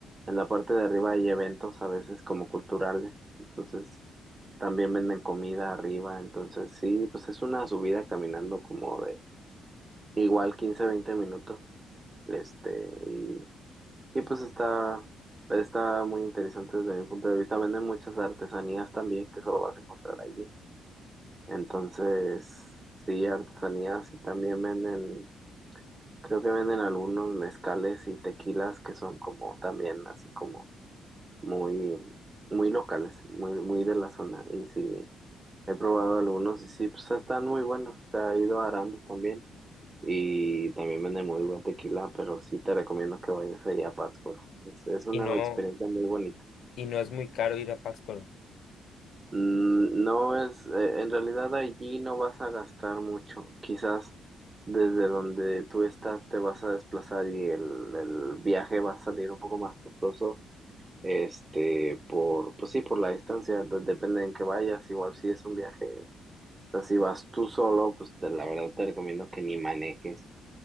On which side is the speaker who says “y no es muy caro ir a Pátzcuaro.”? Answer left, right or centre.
Left